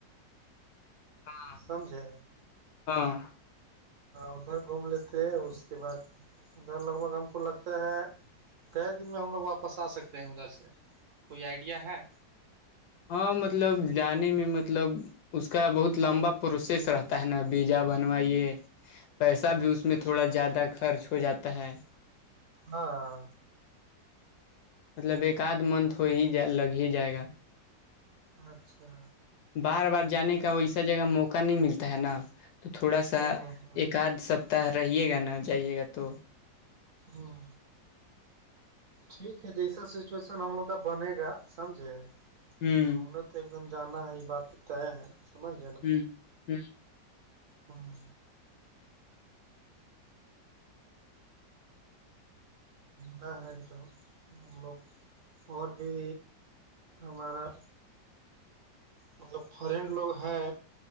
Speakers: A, on the left (about 70°); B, on the right (about 55°).
A: ہاں
B: سمجھے
A: ہاں
B: ادھر گھوم لیتے ہیں اس کے بعد ادھر لگ بھگ ہم کو لگتا ہے کئے دن میں ہم لوگ واپس آ سکتے ہیں ادھر سے کوئی آئیڈیا ہے
A: ہاں مطلب جانے میں مطلب اس کا بہت لمبا پروسیس رہتا ہے نا بیجا بنوائیے پیسہ بھی
B: اچھا
A: اس میں
B: اچھا
A: تھوڑا زیادہ خرچ ہو جاتا ہے
B: ہاں
A: مطلب ایک اد منتھ ہو ہی جائے لگ ہی جائے گا
B: اچھا
A: بار بار جانے کا ویسا جگہ موقع نہیں ملتا ہے نا تو تھوڑا سا
B: ہوں ہوں
A: ایک آدھ سا تا رہیے گا نہ جائیے گا تو
B: ہاں ٹھیک ہے جیسا سچویشن ہم لوگ کا بنے گا سمجھے
A: ہوں
B: گھومنا تو ایک دم جانا ہے یہ بات تو طے ہے سمجھ
A: ہوں ہوں
B: ہاں ن ح ایکد <unintelligible> ہم لوگ اور بھی ہمارا مطلب فرینڈ لوگ ہے